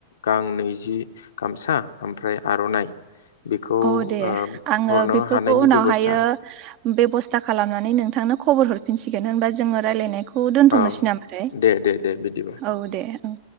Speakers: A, on the left; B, on the right.
A: गां नैजि गामसा ओमफ्राय आर'नाइ। बेखौ
B: औ दे
A: ओ
B: आङो
A: हरनो
B: बेफोरखौ
A: हानायनि
B: उनावहाय।
A: बेब'स्था
B: एयो। बेब'स्था खालामनानै नोंथांनो खबर हरफिनसिगोन होनबा जोङो रायलायनायखौ। दोन्थ'नोसै
A: औ
B: नामाथाय
A: दे दे दे बिदिबा
B: औ दे औ।